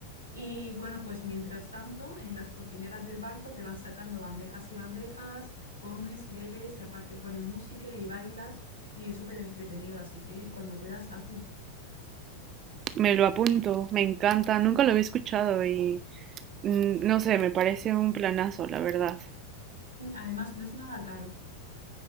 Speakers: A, on the right; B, on the right.
A: Y bueno, pues mientras tanto, en las cocineras del barco te van sacando bandejas y bandejas, comes, bebes y aparte ponen música y bailas y es súper entretenido, así que cuando puedas hazlo.
B: Me lo apunto, me encanta, nunca lo había escuchado y Mm, No sé, me parece un planazo, la verdad.
A: Además, no es nada caro.